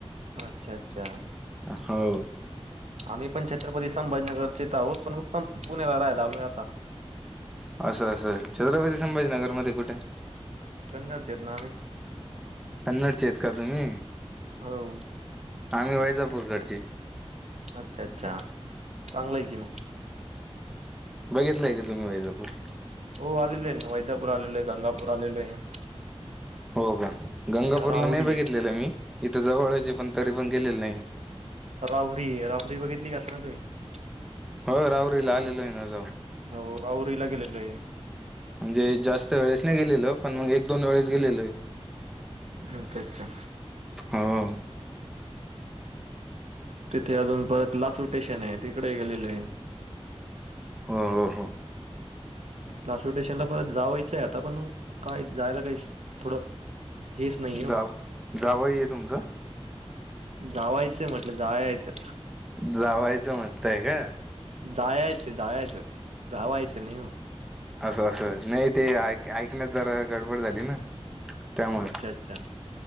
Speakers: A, on the right; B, in the centre.
A: अच्छा अच्छा
B: हो
A: आम्ही पण छत्रपती संभाजनगरचे तर आहोत पण म पुण्याला राहायला आलोय आता
B: असं असं छत्रपती संभाजीनगर मध्ये कुठे
A: च नाम
B: कन्नडचे आहेत का तुम्ही
A: हो
B: आम्ही वैजापूरकडची
A: अच्छा अच्छा चांगलं आहे कि मग
B: बघितलंय का तुम्ही वैजापूर
A: हो आलेल आहे ना वैजापूर आलेलो आहे गंगापूर आलेलो आहे
B: हो का गंगापूरला
A: तिथं राहुरी
B: नाही बघितलेलं
A: आहे
B: मी इथं जवळची पण तरी पण गेलेलं नाही
A: राहूरी राहू री बघितली कासं ना तुम्ही
B: हो राहुरीला आलेल आहे ना जाऊन
A: हो राहुरी ला गेलो आहे
B: म्हणजे जास्त वेळेस नाही गेलेल पण मग एक दोन वेळेस गेलेल आहे
A: अच्छा अच्छा
B: हो
A: तिथे अजून परत लासू स्टेशन आहे तिकडे गेलेले आहे
B: ह ह ह
A: लासूर स्टेशन ला परत जावायचंय आता पण मग काय जायला काही थोडं हेच नाही हो
B: जाव जावई आहे तुमचं
A: जावायचंय म्हटलं जायचं
B: जावायचं म्हटतय का
A: जाययचं जावायचं धावायचं नाही हो
B: असं असं नाही ते ऐकण्यात जरा गडबड झाली ना त्यामुळे
A: अच्छा अच्छा